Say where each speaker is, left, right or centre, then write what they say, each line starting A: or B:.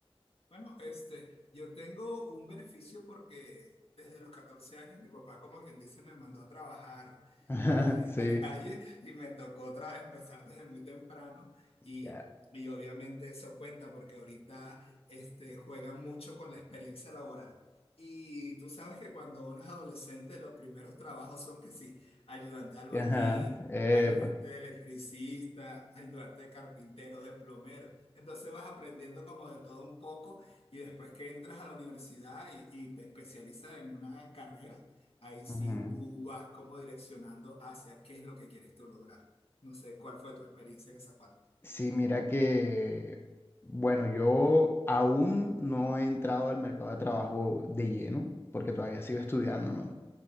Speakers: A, on the left; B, on the left.
A: Bueno, este, yo tengo un beneficio porque desde los 14 años mi papá, como quien dice, me mandó a trabajar
B: <laughs>
A: eh,
B: Sí,
A: a la <laughs> calle y me tocó tra- empezar desde muy temprano y,
B: ya.
A: y obviamente eso cuenta porque ahorita este, juegan mucho con la experiencia laboral. Y tú sabes que cuando uno es adolescente, los primeros trabajos son que sí, ayudante de albañil,
B: Ajá. Epa.
A: ayudante de electricista, ayudante de carpintero, de plomero. Entonces vas aprendiendo como de todo un poco y después que entras a la universidad y, y te especializas en una carrera, ahí sí
B: Ujú.
A: tú vas como direccionando hacia qué es lo que quieres tú lograr. No sé cuál fue tu experiencia en esa parte.
B: Sí, mira que, bueno, yo aún no he entrado al mercado de trabajo de lleno, porque todavía sigo estudiando, ¿no?